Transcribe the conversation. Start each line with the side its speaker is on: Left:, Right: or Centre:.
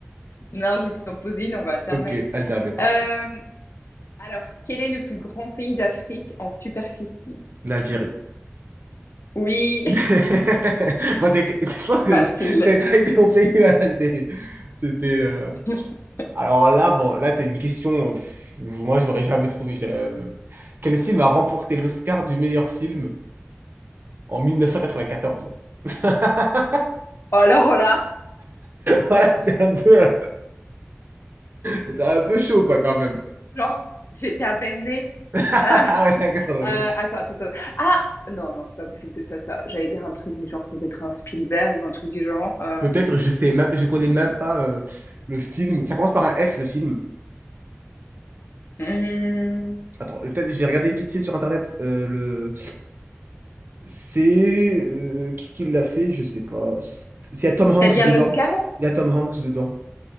Left: Non, je vais t'en poser une, on va alterner.
Right: Ok, alterné, parfait.
Left: Euh, alors, quel est le plus grand pays d'Afrique en superficie?
Right: L'Algérie.
Left: Oui,
Right: <laughs> Bon, ça a été- <laughs> je pense que
Left: <laughs> facile.
Right: ça n'avait pas été mon pays, voilà, c'était... c'était, euh,
Left: <laughs>
Right: Alors là, bon, là, t'as une question. pff, moi, je n'aurais jamais trouvé. J'ai- euh, Quel film a remporté l'Oscar du meilleur film en 1994? <laughs>
Left: Oh, alors là.
Right: Voilà, c'est un peu, c'est un peu chaud, quoi, quand même.
Left: Genre, j'étais à peine née.
Right: <laughs>
Left: Euh, <laughs>
Right: Ah ouais, d'accord.
Left: euh, attends,
Right: oui.
Left: attends, attends. Ah, non, non, c'est pas possible que ce soit ça. J'allais dire un truc du genre, ça doit être un Spielberg ou un truc du genre. Euh...
Right: Peut-être, je sais même, je connais même pas euh, le film. Ça commence par un F, le film.
Left: hmm.
Right: Attends, peut-être, je vais regarder vite fait sur Internet. Euh, le... C'est euh, qui qui l'a fait? Je sais pas. C'est- Il y a Tom Hanks
Left: T'as dit
Right: dedans.
Left: un Oscar? ou-
Right: Il y a Tom Hanks dedans.